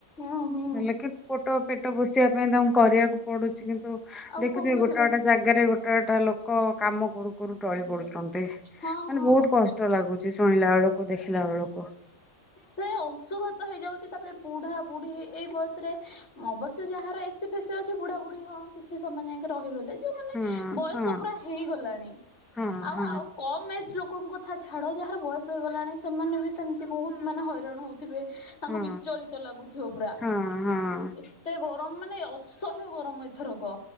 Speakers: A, on the left (about 50°); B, in the centre.
A: ହୁଁ ହୁଁ
B: ହେଲେ କିୁ ପୋଟ ପେଟ ବୋଷିବା ପାଇଁ ତାଙ୍କୁ କରିବାକୁ ପଡୁଛି କିନ୍ତୁ।
A: ଆଉ
B: ଦେଖଥିବେ
A: କଣ କରିବା
B: ଗୋଟେ ଗୋଟେ ଜାଗାରେ ଗୋଟେ ଗୋଟେ ଲୋକ କାମ କରୁ କରୁ ଟଳି ପଡୁଛ ଚନ୍ତି,
A: ହଁ
B: ମାନେ
A: ହଁ
B: ବହୁତ କଷ୍ଟ ଲାଗୁଚି ଶୁଣିଲା ବେଳକୁ ଦେଖିଲା ବେଳକୁ।
A: ସେ ଅଂଶୁଘାତ ହେଇଯାଉଚି। ତାପରେ ବୁଢା ବୁଢୀ ଏଇ ବୟସରେ ଅବଶ୍ୟ ଯାହାର ଏସି ଫେସି ଅଛି ବୁଢା ବୁଢୀ ହଁ କିଛି ସ ମାନେଙ୍କେ ରହିଗଲେ ଯୋଉ ମାନେ
B: ହଁ
A: ବୟସ
B: ହଁ
A: ପୁରା ହେଇଗଲାଣି
B: ହଁ
A: ଆଉ
B: ହଁ
A: ଆଉ କମ୍ ଏଜ ଲୋକ ଲୋକଙ୍କ କଥା ଛାଡ ଯାହାର ବୟସ ହେଇଗଲାଣି ସେମାନେ ବି ସେମିତି ବହୁତ ମାନେ ହଇରାଣ ହଉ ଥିବେ, ତାଙ୍କୁ
B: ହଁ
A: ବିଚଳିତ ଲାଗୁଥିବ ପୁରା
B: ହଁ ହଁ
A: ଏତେ ଗରମ। ଗରମ ମାନେ ଅସହ୍ୟ ଗରମ ଏଥର। କ